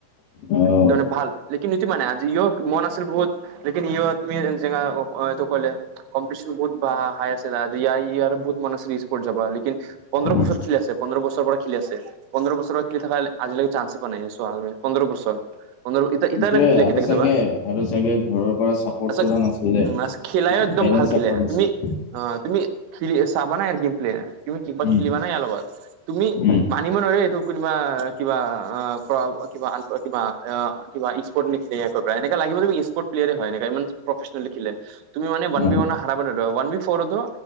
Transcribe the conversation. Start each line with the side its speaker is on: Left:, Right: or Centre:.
Left: অ',
Right: তামানে ভাল লেকিন ইটো মানে আজি ইয় মন আছিল বহুত লেকিন ইয় তুমি <unintelligible> ক'লে কম্পিটিচন বহুত বাহা হাইষ্ট <unintelligible> ই ইয় বহুত মান আছিল স্পৰ্ট যাবা লেকিন পন্ধৰ
Left: উম।
Right: বছৰ খেলি আছে পন্ধৰ বছৰ পৰা খেলি আছে। পন্ধৰ বছৰত খেলি থকা লে আজিলৈকে চান্স পোৱা নাই চোৱা পন্ধৰ বছৰ <unintelligible>
Left: সেটোৱে আৰু
Right: কেতিয়া কেতিয়াবা
Left: চাগে আৰু চাগে ঘৰৰ পৰা চাপৰ্ট
Right: তাৰপিছত
Left: কৰা নাছিলে।
Right: উম খেলাইও একদম
Left: এজন
Right: ভাল
Left: <unintelligible>
Right: খেলে তুমি অ', তুমি খেলি চাবা নাই ইয়াৰ গেম প্লেয়াৰ তুমি কিবা
Left: উম,
Right: খেলিবা নাই ইয়াৰ লগত তুমি
Left: উম,
Right: মানিব নোৱাৰাৰে এইটো কোনোবা কিবা অ', প্ৰ কিবা আন কিবা অ', <unintelligible> কিবা স্পৰ্ট <unintelligible> এনেকুৱা লাগিবু তুমি স্পৰ্ট প্লেয়াৰে হয় এনেকুৱা ইমান প্ৰফেচনেল দেখিলে তুমি মানে <unintelligible>
Left: অ',
Right: ফ'ৰটো